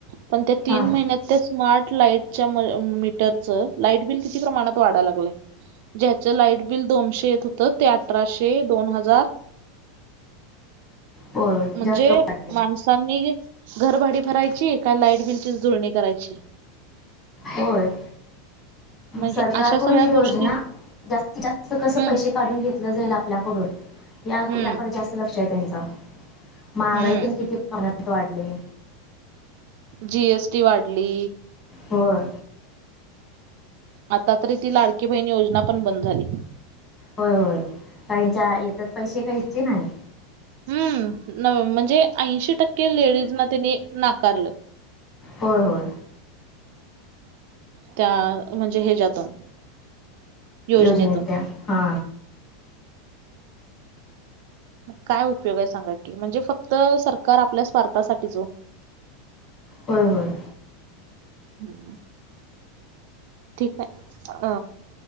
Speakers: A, on the right; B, on the left.
A: पण त्या
B: हां
A: तीन महिन्यात त्या स्मार्ट लाइटच्या म मीटरचं लाईट बिल किती प्रमाणात वाढाय लागलंय? ज्याचं लाईट बिल दोनशे येत होतं ते अठराशे दोन हजार
B: होय
A: म्हणजे,
B: जास्त वाढले
A: माणसांनी घरभाडी भरायची, का लाईट बिलचीच जुळणी करायची?
B: होय
A: म्हणजे
B: सरकारकडून
A: अशा सगळ्या
B: योजना
A: गोष्टी
B: जास्तीत जास्त कसे
A: हम्म
B: पैसे काढून घेतलं जाईल आपल्याकडून, या
A: हम्म
B: याकडं जास्त लक्ष हाय त्यांचं. महागाई
A: हम्म
B: पण किती प्रमाणात वाढली.
A: जी एस टी वाढली.
B: होय
A: आता तरी ती लाडकी बहिणी योजना पण बंद झाली.
B: होय होय, काहीच्या येतात पैसे काहीचे नाही.
A: हम्म, न म्हणजे ऐंशी टक्के लेडीजना त्यांनी नाकारलं.
B: होय होय
A: त्या म्हणजे हेच्यातून, योजनेतून.
B: योजनेत त्या हा
A: काय उपयोग आहे सांगा की? म्हणजे फक्त सरकार आपल्या स्वार्थासाठीच ओ.
B: होय होय
A: हम्म, ठीक आहे. अ